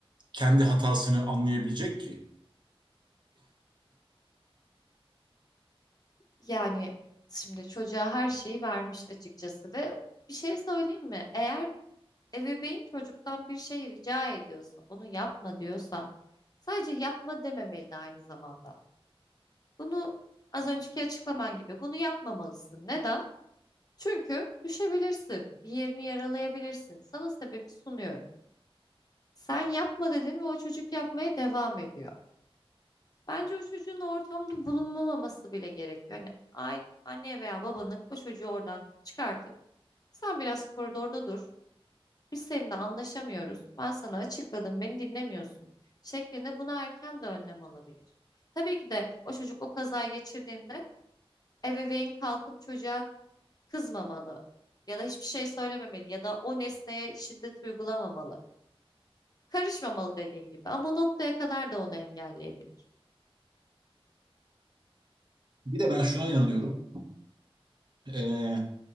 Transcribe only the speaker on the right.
kendi hatasını anlayabilecek ki?
Bir de ben şuna inanıyorum. Ee,